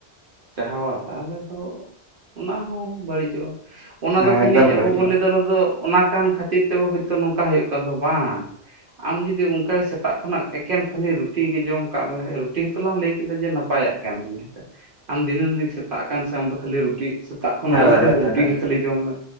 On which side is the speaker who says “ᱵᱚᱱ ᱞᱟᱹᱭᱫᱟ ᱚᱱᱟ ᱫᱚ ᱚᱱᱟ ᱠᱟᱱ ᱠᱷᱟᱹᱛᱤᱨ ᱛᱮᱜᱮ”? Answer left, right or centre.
Right